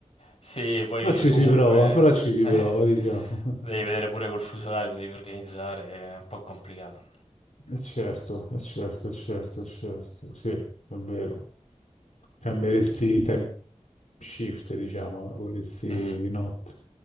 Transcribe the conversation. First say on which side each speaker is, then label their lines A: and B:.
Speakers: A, on the left; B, on the left.
A: sì, poi
B: Però ci
A: comunque...
B: si prova, però ci si
A: eh,
B: prova, diciamo. <laughs>
A: devi vedere pure col fuso orario, ti devi organizzare, è un po' complicato.
B: Eh, Certo, eh, certo, eh, certo, eh, certo, sì, è vero. Cambieresti i time shift, diciamo, lavoreresti
A: Mm.
B: di notte,